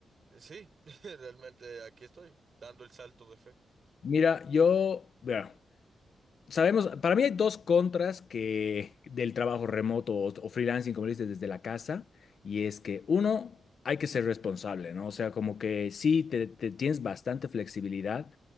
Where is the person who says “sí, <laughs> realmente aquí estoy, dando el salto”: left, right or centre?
Right